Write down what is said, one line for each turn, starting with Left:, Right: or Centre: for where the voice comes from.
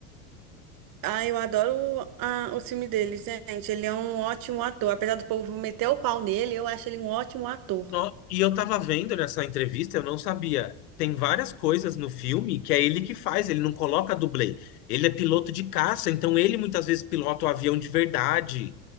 Right: Ah, eu adoro ah, o filme dele, gente. Ele é um ótimo ator. Apesar do povo meter o pau nele, eu acho ele um ótimo ator.
Left: No- E eu tava vendo nessa entrevista, eu não sabia. Tem várias coisas no filme que é ele que faz, ele não coloca dublê. Ele é piloto de caça, então ele muitas vezes pilota o avião de verdade.